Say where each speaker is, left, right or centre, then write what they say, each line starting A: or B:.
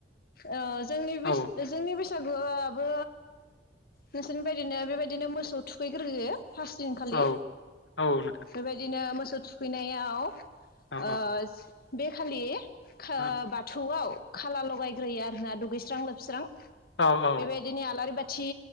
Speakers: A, on the left; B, on the left.
A: ओ जोंनि बेस
B: औ
A: जोंनि बिस सागुआबो नोंसोरनि बदिनो बेबायदिनो मोसौ थुखैग्रोयो। फास दिनखालि
B: औ औ नोंथां
A: बेबायदिनो मोस थु-थुखैनायाव ओ
B: औ
A: बे खालि
B: औ
A: खो बाथौआव खाला लगायग्रोयो आरोना दुगैस्रां लोबस्रां। बेबायदिनो
B: औ औ
A: आलारि बाथि